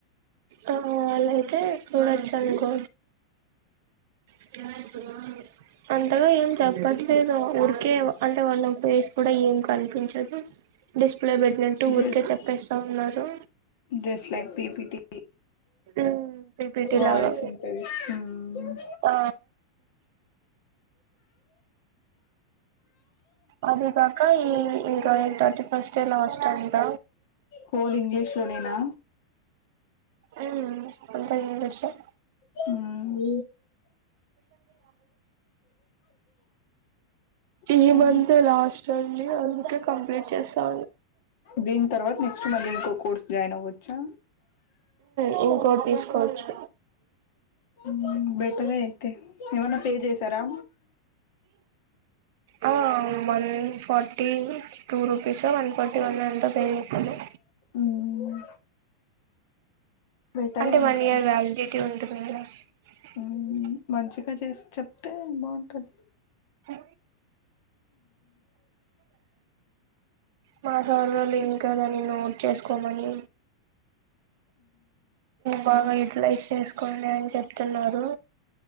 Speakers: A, on the right; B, on the left.
A: అ అలాయితే చూడొచ్చు త్తం గజ్ అంతగా ఏం చెప్పట్లేదు ఉరికే అంటే వన్నం పస్ కూడా ఏం కనిపించదు డిస్ప్లే పెట్టినట్టు ఊరికే
B: జస్ట్
A: చెప్పేస్తా ఉన్నారు
B: just like PPT
A: um PPT
B: వాయిస్
A: లాగా
B: ఉంటది మ్మ్.
A: ఆ అది కాక ఈ ఇ ఇంకా థర్టీ ఫస్ట్ లాస్ట్ అంట
B: హోల్ ఇంగ్లీష్ లోనేనా
A: ఆమ్ అంతాంగ్ విషయం
B: ఆమ్
A: ఈ
B: సరే
A: మంత్ లాస్ట్ అండి అందుకే కంప్లీట్ చేస్తా
B: దీని తర్వాత నెక్స్ట్ మంత్ ఇంకో కోర్స్ జాయిన్ అవ్వచ్చా
A: ఆ ఇంకోటి తీసుకోవచ్చు
B: మ్మ్, బెటరే అయితే ఎమైనా పే చేశారా
A: ఆ one forty two rupees one forty one ఎంతో పే చేశాను
B: మ్మ్, బెటరే
A: అంటే వన్
B: అయితే
A: ఇయర్ వ్యాలిడిటీ ఉంది <unintelligible>
B: మ్మ్, మంచిగా చేసి చెప్తే బాగుంటది
A: ఓ మా సర్వర్ లింక్ కదని నోట్ చేసుకోమని బాగా యూటిలైజ్ చేసుకోండి అని చెప్తున్నారు